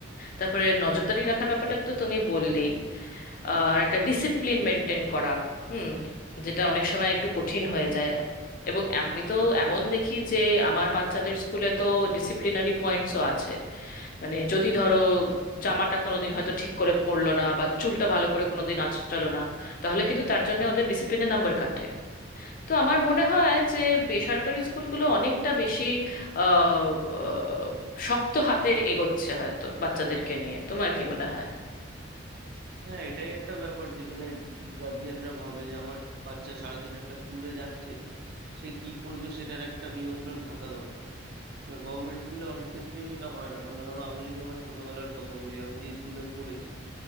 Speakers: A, on the left (about 45°); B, on the right (about 50°).
A: তারপরে নজরদারি রাখার ব্যাপারটা তো তুমি বললেই আহ, আর একটা ডিসিপ্লিন মেনটেন করা হুম যেটা অনেক সময় একটু কঠিন হয়ে যায় এবং আমি তো এমন দেখি যে আমার বাচ্চাদের স্কুলে তো ডিসিপ্লিনারি পয়েন্টসও আছে মানে যদি ধরো জামাটা কোনোদিন হয়তো ঠিক করে পরলো না বা চুলটা ভালো করে কোনোদিন আঁচড়ালো না তাহলে কিন্তু তার জন্য ওদের ডিসিপ্লিনের নাম্বার কাটে তো আমার মনে হয় যে বেসরকারি স্কুলগুলো অনেকটা বেশি আহ, আহ, শক্ত হাতে এগোচ্ছে হয়তো বাচ্চাদেরকে নিয়ে তোমার কি মনে হয়
B: হ্যাঁ এটাই একটা ব্যাপার যেখানে গার্জিয়ানরা ভাবে যে আমার বাচ্চা সারাদিন একটা স্কুলে যাচ্ছে সে কি করবে সেটার একটা নিয়ন্ত্রণ থাকা দরকার গভর্নমেন্ট স্কুলে অনেক ক্ষেত্রেই সেটা হয় না কারণ ধরো আমি যদি আমার ছোটবেলার কথা বলি আমি যে স্কুলে পড়েছি